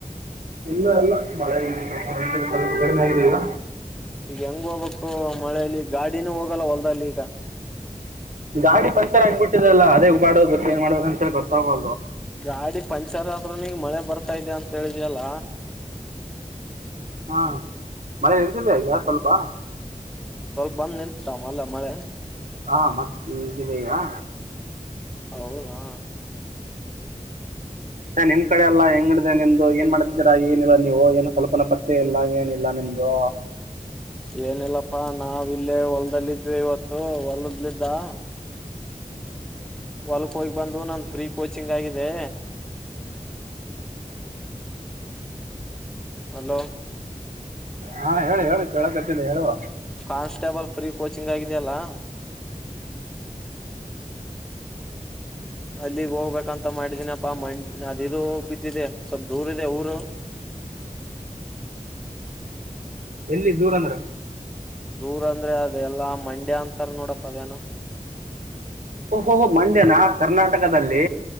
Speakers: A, on the right (about 70°); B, in the centre.
A: ಇಲ್ಲ ಎಲ್ಲ ಮಳೆ ಇಲ್ಲ. ಕಡಿಮೆ ಆಗಿದೆ ಈಗ.
B: ಹೆಂಗಬಬೇಕು. ಮಳೇಲಿ ಗಾಡಿನೂ ಹೋಗಲ್ಲ ಹೊಲ್ದಲ್ಲಿ ಈಗ.
A: ಗಾಡಿ ಪಂಚರ್ ಆಗ್ಬಿಟ್ಟಿದೆಲ್ಲ ಅದೇ ಮಾಡದು ನ್ ಮಾಡೋ ಅಂತ ಗೊತ್ತಾಗೋ
B: ಗಾಡಿ ಪಂಚರ್ ಆದ್ರೂ ನೀಗ್ ಮಳೆ ಬರ್. ಆಗ್ತಾ ಇದದೆ ಅಂತ ಹೇಳಿದ್ಯಲ್ಲ.
A: ಹಾ ಮಳೆ ಇರ್ದಿಲ್ಲ ಆಯಗಾ ಸ್ವಲ್ಪ.
B: ಸ್ವಲ್ಪ ಬಂದ್ ನಿತ ಮಲ್ಲ ಮಳೆ.
A: ಹಾ ಮತ್ತೆ ಈಗಿದಯಾ.
B: ಹೌದಾ.
A: ಇ ನಿಮ್ ಕಡೆ ಎಲ್ಲ ಹೆಂಗನಡದಾ. ನಿಂದು ಏನ್ ಮಾಡ್ತಿದ್ದೀರಾ ಏನಿಲ್ಲ ನೀವು ಏನು ಸ್ವಲ್ಪನ ಪತ್ತೆ ಇಲ್ಲ. ಏನಿಲ್ಲ ನಿಮ್ದು
B: ಏನಿಲ್ಲಪ್ಪಾ ನಾವ ಇಲ್ಲೇ ಹೊಲದಲ್ಲಿದ್ವಿ ಇವತ್ತು ಹೊಲದಲಿದ್ದ. ಜೀವನ. ವಲ್ಕೋಗಿ ಬಂದು ನಂದು ಫ್ರೀ ಕೋಚಿಂಗ್ ಆಗಿದೆ. ಹಲೋ.
A: ಹಾ ಹೇಳಿ ಹೇಳಿ ಕೇಳಕತ್ತಿಲ್ಲ ಹೇಳುವ.
B: ಕಾನ್ಸ್ಟೇಬಲ್ ಫ್ರೀ ಕೋಚಿಂಗ್ ಆಗಿದೆಯಲ್ಲಾ. ಅಲ್ಲಿಗ್ ಹೋಗ್ಬೇಕಂತ ಮಾಡಿದೀನಪ್ಪಾ ಮಂಡ ಅದದು ಬಿದ್ದಿದೆ ಸ್ವಲ್ ದೂರ ಇದೆ ಊರು.
A: ಎಲ್ಲಿ ದೂರಂದ್ರೆ.
B: ದೂರ ಅಂದ್ರೆ ಅದ ಎಲ್ಲಾ ಮಂಡ್ಯ ಅಂತಾರ ನೋಡಪ್ಪ ಅದೇನ.
A: ಓಹೋಹೋ ಮಂಡ್ಯನಾ ಕರ್ನಾಟಕದಲ್ಲಿ.